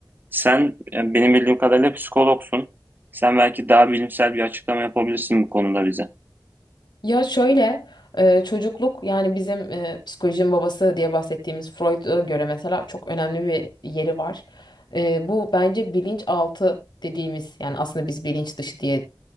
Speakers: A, on the right (about 25°); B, on the left (about 80°).
A: Sen e, benim bildiğim kadarıyla psikologsun. Sen belki daha bilimsel bir açıklama yapabilirsin bu konuda bize.
B: Ya şöyle e, çocukluk yani bizim e, psikolojinin babası diye bahsettiğimiz Freud'a göre mesela çok önemli bir yeri var. E, bu bence bilinçaltı dediğimiz yani aslında biz bilinç dışı diye